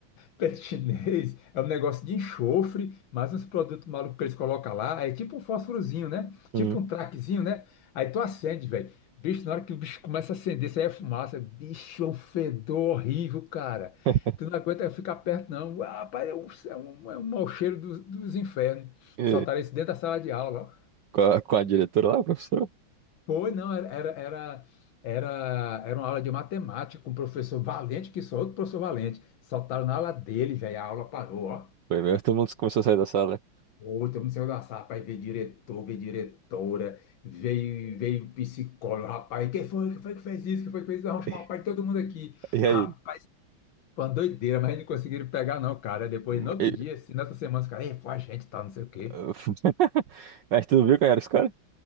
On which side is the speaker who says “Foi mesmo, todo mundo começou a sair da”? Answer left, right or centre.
Right